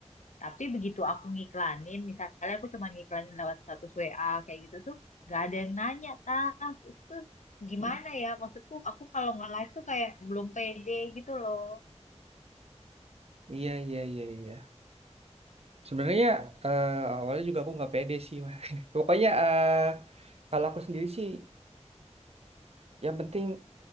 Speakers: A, on the left; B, on the right.
A: tapi begitu aku ngiklanin, misalnya aku cuma ngiklanin lewat status WA kayak gitu tuh, gak ada yang nanya, tas itu tuh gimana
B: mm.
A: ya? Maksudku aku kalau nggak live tuh kayak belum pede gitu loh.
B: Iya, iya, iya, iya. Sebenarnya eh, awalnya juga aku nggak pede sih, Mas. <laughs> Pokoknya eh, kalau aku sendiri sih, yang penting